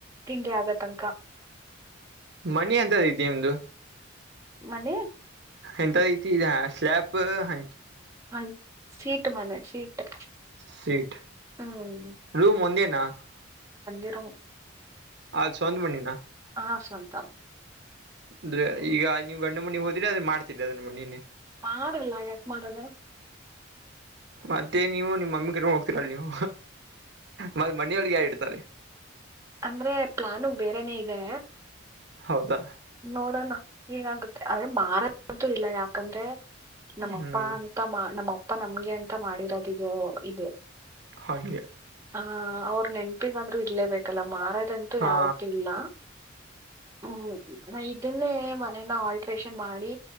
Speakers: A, on the right; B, on the right.
A: ತಿಂಡಿ ಆಗತನಕ
B: ಮಣಿ ಅಂತದ ಐತಿ ನಿಮ್ದು
A: ಮನೆ
B: ಎಂತ ಐತಿ ಇ ಸ್ಲ್ಾಬ್ ಹ
A: ಹ ಸೀಟ್ ಮನೆ ಸೀಟ್
B: ಸೀಟ್
A: ಹ್ಮ್
B: ರೂಮ್ ಒಂದೇನಾ
A: ಇರಂ
B: ಅ ಸವಂದ ಮಣಿನ
A: ಹ ಸವಂತ
B: ಅಂದ್ರೆ ಈಗ ನೀವು ಗಂಡು ಮನಿ ಹೋದ್ರೆ ಅದ್ರ ಮಾಡ್ತಿರಿ ಅದ್ರನ್ನ ಮನಿನೇ
A: ಮಾಡಲ್ಲ ಯಾಕ್ ಮಾಡಲ್ಲ
B: ಮತ್ತೆ ನೀವು ನಿಮ್ಮ ಮಮ್ಮಿ ಕಟ್ಕೊಂಡ ಹೋಗ್ತೀರಲ್ ನೀವು ಮತ್ತ ಮನಿಯೊಳಗೆ ಯಾರ ಇಡ್ತಾರೆ
A: ಅಂದ್ರೆ ಪ್ಲಾನಗ್ ಬೇರೆನೆೇ ಇದೆ
B: ಹೌದಾ
A: ನೋಡೋಣ ಏನಾಗುತ್ತೆ ಆದ್ರೆ ಮಾರಂತುದಿಲ್ಲ ಯಾಕಂದ್ರೆ ನಮ್ಮಪ್ಪ
B: ಹ್ಮ್
A: ಅಂತ ಮಾ ನಮ್ಮಪ್ಪ ನಮ್ಗೆ ಅಂತ ಮಾಡಿರೋದ ಇದು ಇದು
B: ಹಾಗೆ.
A: ಹ ಅವ್ರ ನೆನ್ಪಿಗಾದ್ರೂ ಇರ್ಲೇಬೇಕಲ್ಲ ಮಾರದಂತೂ
B: ಹಾ
A: ಯಾವತ್ತು ಇಲ್ಲ. <inaudible> ಹ್ಮ್. ನ ಇದನ್ನೇ ಮನೇನ ಆಲ್ಟ್ರೇಷನ್ ಮಾಡಿ